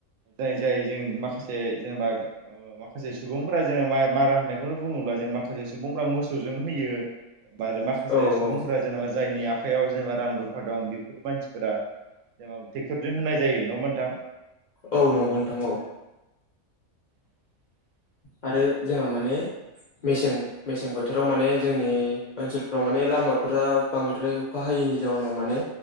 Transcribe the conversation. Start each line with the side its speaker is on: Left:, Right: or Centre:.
Right: जाय जाय जों माखासे जेनेबा ओ माखासे सुबुंफोरा जोंना मारा होननायखौनो बुङोब्ला जों माखासे सु सुबुंफ्रा मोसौजों होयो माखासे
Left: औ
Right: सुबुंफोरा
Left: औ
Right: जेनेबा जायनि आखाइयाव जेनेबा रां रुफ फा दं बेफोर मानसिफोरा जेनबा ट्रेक्टरजों होनाय जायो नङा होमबा नोंथां?
Left: औ नंगौ नोंथां औ।
Right: <inaudible>
Left: आरो जोंहा माने मेसें मेसें बोथोराव माने जोंनि ओनसोलफ्राव माने लामाफोरा बांद्राय अखा हायो। जेनि जाउनाव माने